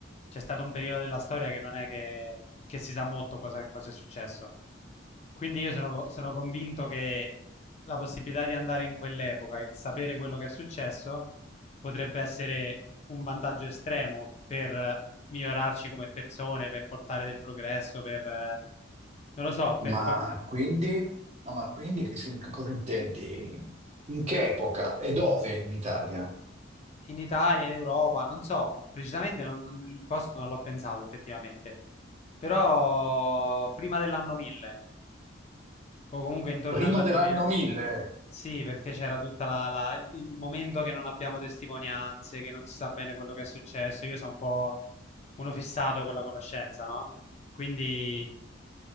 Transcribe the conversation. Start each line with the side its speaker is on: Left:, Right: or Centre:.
Left: c'è stato un periodo della storia che non è che, che si sa molto cosa, cosa è successo. Quindi io sono, co- sono convinto che la possibilità di andare in quell'epoca e sapere quello che è successo potrebbe essere un vantaggio estremo per migliorarci come persone, per portare del progresso, per, eh, non lo so, per,
Right: Ma
Left: per
Right: quindi? No, ma quindi che si- che cosa intendi? In che epoca e dove in Italia?
Left: in Italia, in Europa, non so, precisamente non- non- il posto non l'ho pensato effettivamente, però prima dell'anno 1000, o comunque intorno
Right: Prima
Left: all'anno
Right: dell'anno
Left: 1000,
Right: 1000?
Left: sì, perché c'era tutta la, la- il, il momento che non abbiamo testimonianze, che non si sa bene quello che è successo, io sono un po' uno fissato con la conoscenza, no? Quindi